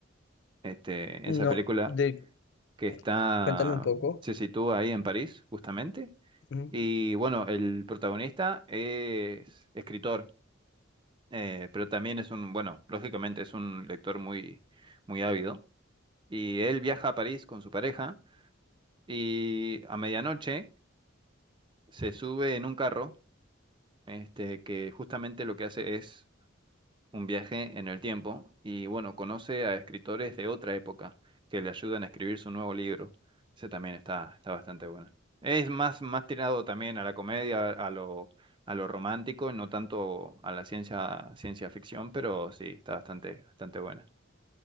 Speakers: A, on the right (about 25°); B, on the left (about 60°).
A: este,
B: no,
A: esa película
B: de,
A: que está,
B: cuéntame un poco.
A: se sitúa ahí en París, justamente.
B: Ujú.
A: Y bueno, el protagonista es escritor, eh, pero también es un, bueno, lógicamente es un lector muy, muy ávido. Y él viaja a París con su pareja y a medianoche se sube en un carro, este, que justamente lo que hace es un viaje en el tiempo y bueno, conoce a escritores de otra época que le ayudan a escribir su nuevo libro. Ese también está, está bastante bueno. Es más, más tirado también a la comedia, a lo, a lo romántico y no tanto a la ciencia, ciencia ficción, pero sí, está bastante, bastante buena.